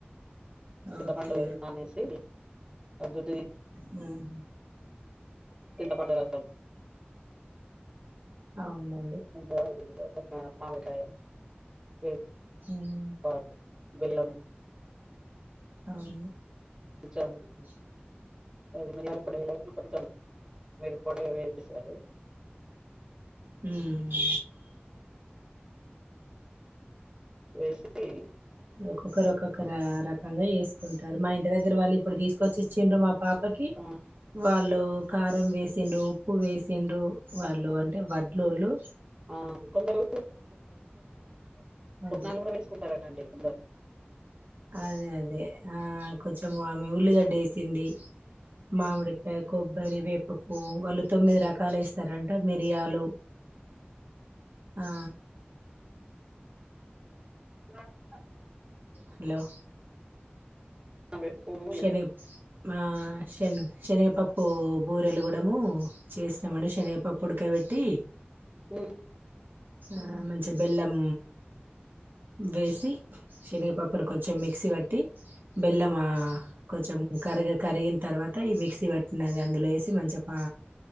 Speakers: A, on the right; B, on the right.
A: చింతపండూ
B: ఓకే
A: నానేసీ ఆ గుజ్జు తీస్
B: హ్మ్మ్
A: చింతపండు రసం
B: అవున
A: ఇందులో కుదిర్తే ఒక మామిడికాయని వేసి
B: ఉమ్,
A: పాల్ బెల్లము
B: అవును
A: ఇచ్ఛాంతి
B: <inaudible>
A: అది మిరియాల పొడిలో గాని కొంచెం మిరుప్పొడి వేసేశారు
B: హ్మ్
A: వేసీ
B: ఒక్కొక్కరు ఒక్కొక్క రా రకంగా ఏస్కుంటారు మా ఇంటి దగ్గర వాళ్ళు ఇప్పుడు తీస్కొచ్చి చ్చిండ్రు మా పాపకి
A: ఆ
B: వాళ్ళు కారం వేసిండ్రూ ఉప్పు వేసిండ్రూ వాళ్ళు
A: ఆ
B: అంటె వడ్లొళ్ళు
A: ఆ కొందరు పుట్నాలు
B: అది
A: కూడ వేసుకుంటారటండి కొందరు
B: అదే అదే ఆ కొంచెము ఆమె ఉల్లిగడ్డ ఏసింది మామిడికాయ్ కొబ్బరి వేప పువ్వు వాళ్ళు తొమ్మిది రకాలు వేసారంట మిరియాలు ఆ
A: <inaudible>
B: హలో
A: ఆ వేప పువ్వు
B: శని మా శని శనగపప్పూ బూరెలుగుడమూ చేసినామడి శనగపప్పు ఉడకబెట్టీ
A: ఊ
B: ఆ మంచి బెల్లం వేసి శనిగపప్ ప్పుడు కొంచెం మిక్సీ వట్టి బెల్లమా కొంచెం కరగె కరిగిన్ తర్వాత ఈ మిక్సీ పట్నది అందులో వేసి మంచిగ పా